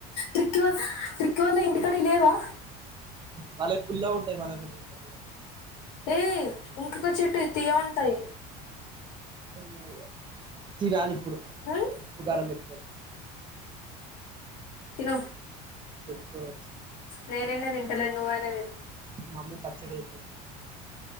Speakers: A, on the left; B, on the right.
A: త్రిక్యవల్ త్రిక్యవల్ ఇంటికా లేవా
B: వాళ్ళవి పుల్ల గ ఉంటాయి మనకంటే కొద్దిగ
A: ఏయ ఇంకఒక చెట్టువి తీయగ ఉంటాయి
B: ఏమో ఇగ తినాలి ఇప్పుడు
A: ఉమ్
B: ఉప్పు కారం పెట్టుకొని
A: తిను
B: పెట్టుకోవచ్చు
A: నేన్న తింటలేను నువ్వు ఆయన తిను
B: మమ్మీ పచ్చడి చేసింది